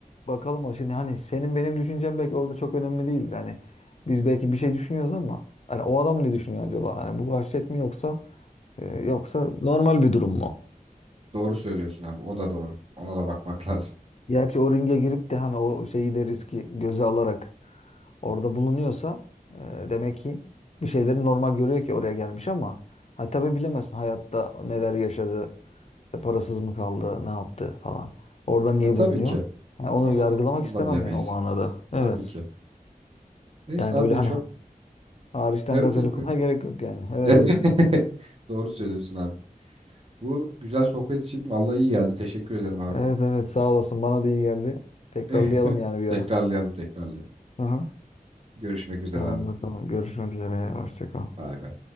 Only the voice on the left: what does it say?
Bakalım o şimdi hani senin benim düşüncem belki orada çok önemli değildir. Hani biz belki bir şey düşünüyoruz ama hani o adam ne düşünüyor acaba? Hani bu vahşet mi yoksa e, yoksa Normal bir durum mu?
gerçi o ringe girip de hani o şeyi de riski göze alarak orada bulunuyorsa e, demek ki bir şeyleri normal görüyor ki oraya gelmiş ama ha tabii bilemezsin hayatta neler yaşadı, işte parasız mı kaldı, ne yaptı falan. Orada niye
bulunuyor?
Yani onu
yargılamak
istemem
yani o manada. Evet.
Yani
öyle hani
Hariçten
gazel
okumaya
gerek yok yani. Evet.
Evet evet sağ olasın. Bana da iyi geldi. Tekrarlayalım
yani bir ara.
Aha.
Tamam
bakalım. Görüşmek üzere. Hoşça kal.